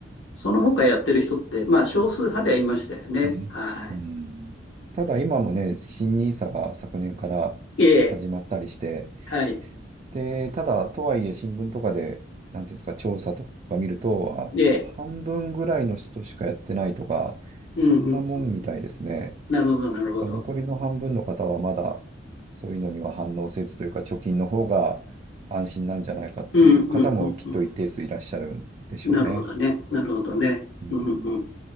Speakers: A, on the left; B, on the right.
A: その他やってる人って、まあ少数派ではいましたよね。
B: うん。
A: は
B: うんただ今もね、新ニーサが昨年から始まったりして、
A: い。ええ、はい。
B: で、ただ、とはいえ新聞とかで、なんていうんですか、調査とか見ると、あ、
A: ええ、
B: 半分ぐらいの人しかやってないとか、
A: うんうん。
B: そんなもんみたいですね。
A: なるほど、なるほど。
B: あ残りの半分の方はまだ、そういうのには反応せずというか、貯金の方が安心なんじゃないかという方もきっと一定数いらっしゃるんでしょうね。
A: うんうんうんうん。なるほどね。なるほどね。
B: うん、
A: うんうんうん。